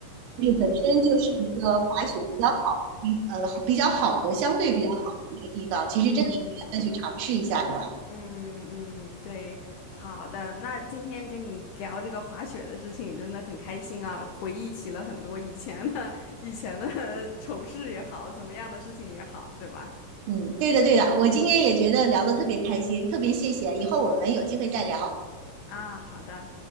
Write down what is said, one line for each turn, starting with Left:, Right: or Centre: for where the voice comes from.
Right: 就是本身就是一个滑雪比较好的地，呃，好比较好的，相对比较好的一个地方，
Left: 嗯
Right: 其实真的应该再去尝试一下的。
Left: 嗯。嗯嗯，对，好的。那今天跟你聊这个滑雪的事情，真的很开心啊，回忆起了很多以前的 <laughs> 以前的 <laughs> 丑事也好，怎么样的事情也好，对吧？
Right: 嗯，对的，对的，我今天也觉得聊得特别开心，特别谢谢，以后我们有机会再聊。
Left: 啊，好的。